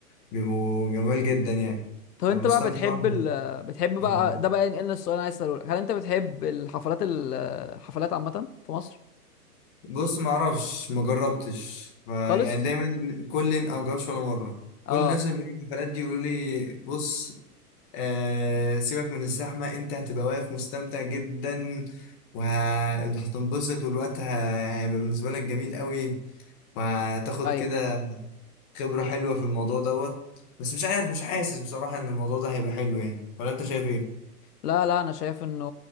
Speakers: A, on the left; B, on the left.
A: بيبقوا جمال جدا يعني
B: طب انت
A: ببقى مستمتع
B: بقى بتحب
A: وانا
B: ال بتحب
A: بسمعهم.
B: بقى ده بقى ينقلنا السؤال اللي انا عايز اساله لك هل انت بتحب الحفلات الحفلات عامة في مصر
A: بص ما اعرفش ما جربتش فيعني
B: خالص
A: دايما كل او جربش ولا مره
B: اه
A: كل الناس اللي بيروحوا الحفلات دي يقولوا لي بص آه سيبك من الزحمة انت هتبقى واقف مستمتع جدا وهتنبسط والوقت ه- هيبقى بالنسبة لك جميل قوي وهتاخد
B: ايوه
A: كده خبرة حلوة في الموضوع دوت بس مش عارف مش حاسس بصراحة ان الموضوع ده هيبقى حلو يعني ولا انت شايف ايه؟
B: لا لا انا شايف انه